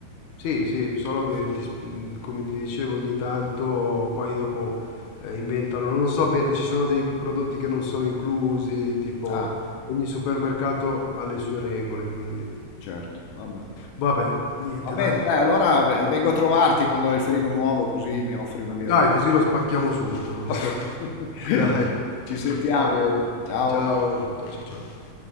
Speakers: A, on the left; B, on the left.
A: sì, sì, solo che ti- sp- come ti dicevo ogni tanto poi dopo eh, inventano, non so bene, ci sono dei prodotti che non sono inclusi, tipo
B: Ah,
A: ogni supermercato ha le sue regole, quindi.
B: certo, vabbè.
A: Vabbè, niente,
B: Va bene,
A: dai.
B: dai, allora v- vengo a trovarti quando hai il frigo nuovo, così mi offri una birra.
A: Dai, così lo spacchiamo subito,
B: <laughs>
A: così.
B: Va
A: <laughs>
B: bene. <laughs>
A: Dai,
B: Ci sentiamo.
A: va bene.
B: Ciao.
A: Ciao, ciao, ciao, ciao.